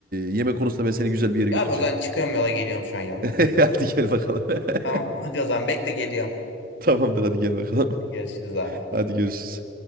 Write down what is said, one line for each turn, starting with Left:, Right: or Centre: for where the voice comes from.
Right: yemek konusunda ben seni güzel bir yere
Left: Ya
Right: götüreceğim.
Left: abi o zaman çıkıyorum yola geliyorum şu an yanına.
Right: <laughs> Hadi gel bakalım. <laughs>
Left: Tamam hadi o zaman bekle geliyorum.
Right: Tamamdır hadi gel bakalım.
Left: Hadi görüşürüz abi.
Right: <laughs> Hadi görüşürüz.